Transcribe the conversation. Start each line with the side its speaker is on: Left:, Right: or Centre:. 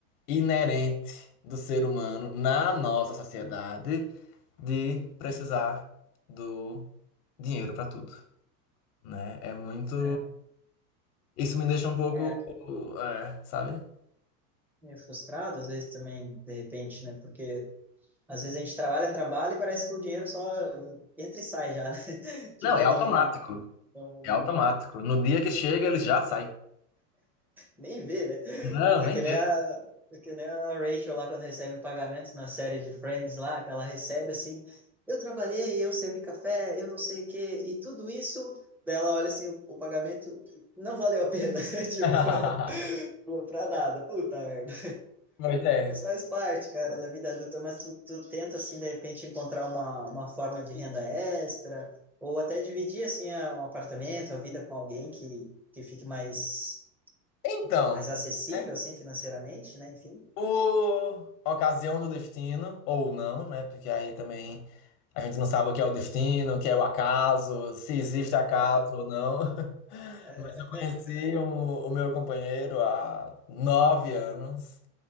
Left: inerente do ser humano na nossa sociedade de precisar do dinheiro para tudo, né? É muito.
Centre: É,
Left: Isso me deixa um pouco,
Centre: é
Left: é, sabe?
Centre: meio frustrado, às vezes também, de repente, né? Porque às vezes a gente trabalha, trabalha e parece que o dinheiro só entra e sai já, né? <laughs> Tipo,
Left: Não, é automático.
Centre: não, não,
Left: É automático.
Centre: não
Left: No dia que chega, ele já sai.
Centre: Nem vê, né?
Left: Não,
Centre: É
Left: nem
Centre: que
Left: vê.
Centre: nem a, é que nem a Rachel lá quando recebe pagamentos na série de Friends lá, que ela recebe assim, eu trabalhei, eu servi café, eu não sei o quê, e tudo isso, daí ela olha assim, o, o pagamento não valeu a pena, <laughs> tipo,
Left: <laughs>
Centre: <laughs> pô, pra nada, puta merda.
Left: Pois é.
Centre: Mas faz parte, cara, da vida adulta, mas tu, tu tenta, assim, de repente encontrar uma, uma forma de renda extra, ou até dividir, assim, a- um apartamento, a vida com alguém que, que fique mais
Left: Então,
Centre: mais acessível,
Left: né?
Centre: assim, financeiramente, né? Enfim.
Left: Por ocasião do destino, ou não, né? Porque aí também a gente não sabe o que é o destino, o que é o acaso, se existe acaso
Centre: Aham,
Left: ou não. <laughs>
Centre: aham.
Left: Mas eu conheci
Centre: <laughs>
Left: o, o meu companheiro há nove anos